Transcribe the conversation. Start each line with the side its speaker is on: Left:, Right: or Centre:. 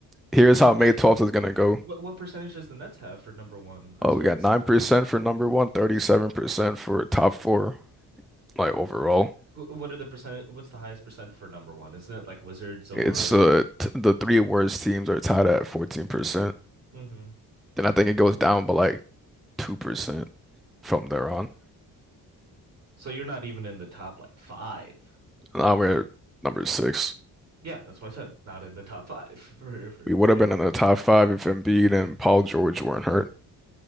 Centre: Here's
Right: No,
Centre: how
Right: but
Centre: May 12th
Right: uh,
Centre: is gonna go.
Right: what what percentage does the Nets have for number one? I
Centre: Oh,
Right: swear
Centre: we got
Right: it's
Centre: 9% for number one, thirty-seven percent for top four, like overall.
Right: Wh- What are the percent? What's the highest percent for number one? Isn't it like Wizards or?
Centre: It's uh t the three worst teams are tied at 14%.
Right: hmm
Centre: Then I think it goes down by like 2% from there on.
Right: So you're not even in the top like five.
Centre: Now we're number six.
Right: Yeah, that's why I said not in the top five <laughs> for for
Centre: We would
Right: chance.
Centre: have been in the top five if Embiid and Paul George weren't hurt.